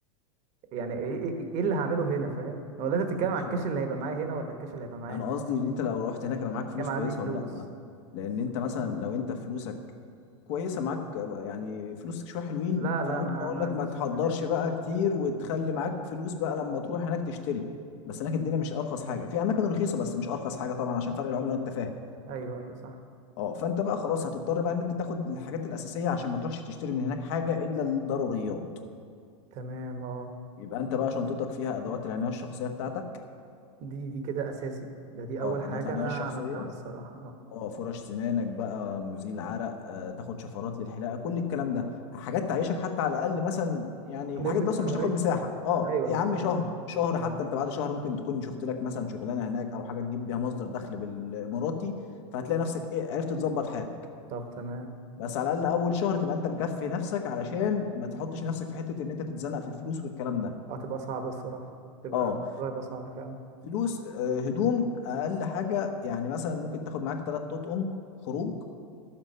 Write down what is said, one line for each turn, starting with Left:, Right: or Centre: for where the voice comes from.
Right: يعني ايه ايه إيه اللي هعمله هنا فاهم ولا انت بتتكلم
Left: ماشي
Right: على الكاش
Left: ما. هو
Right: اللي هيبقى معايا هنا ولا الكاش اللي هيبقى معايا
Left: انا
Right: هناك
Left: قصدي ان انت
Right: أنا
Left: لو
Right: فاهم.
Left: رحت هناك
Right: يعني
Left: يبقى معاك
Right: بتتكلم
Left: فلوس
Right: على
Left: كويسه
Right: اني فلوس
Left: ولا لا لان انت مثلا لو انت فلوسك كويسه معاك يعني فلوسك شويه حلوين
Right: لا لا
Left: فانا ممكن
Right: ما
Left: اقول
Right: ما
Left: لك
Right: عنديش
Left: ما تحضرش
Right: ميزانية مفتوحة
Left: بقى كتير وتخلي معاك فلوس بقى لما تروح هناك تشتري بس هناك الدنيا مش ارخص حاجه في اماكن رخيصه بس مش ارخص حاجه طبعا عشان فرق العمله وانت فاهم
Right: ايوه ايوه صح
Left: اه فانت بقى خلاص هتضطر بقى ان انت تاخد الحاجات الاساسيه عشان ما تروحش تشتري من هناك حاجه الا الضروريات
Right: تمام اه
Left: يبقى انت بقى شنطتك فيها ادوات العنايه الشخصيه بتاعتك
Right: دي دي كده اساسي ده دي اول
Left: اه
Right: حاجه
Left: ادوات العنايه
Right: انا
Left: الشخصيه
Right: عملتها الصراحه اه
Left: اه فرش سنانك بقى مزيل عرق آه، تاخد شفرات للحلاقه كل الكلام ده حاجات تعيشك حتى على الاقل مثلا يعني
Right: لمده
Left: الحاجات دي اصلا
Right: شهرين
Left: مش تاخد مساحه اه
Right: ايوه
Left: يا
Right: مش
Left: عم
Right: هتاخد
Left: شهر
Right: من سنه
Left: شهر
Right: اه
Left: حتى انت بعد شهر ممكن تكون شفت لك مثلا شغلانه هناك او حاجه تجيب بيها مصدر دخل بالاماراتي فهتلاقي نفسك ايه عرفت تظبط حالك
Right: طب تمام
Left: بس على الاقل اول شهر تبقى انت مكفي نفسك علشان ما تحطش نفسك في حته ان انت تتزنق في الفلوس والكلام ده
Right: هتبقى صعبه الصراحه تبقى
Left: اه
Right: الموضوع هيبقى صعب فعلا
Left: فلوس آه، هدوم اقل حاجه يعني مثلا ممكن تاخد معاك ثلاث اطقم خروج